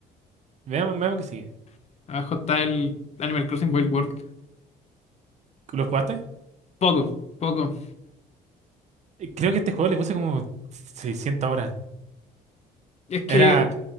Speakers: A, on the right; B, on the left.
A: Veamos, veamos qué sigue.
B: <laughs> Abajo está el Animal Crossing Wild World.
A: ¿Lo jugaste?
B: Poco, poco.
A: Eh, Creo que este juego le puse como 600 horas.
B: Es que
A: Era,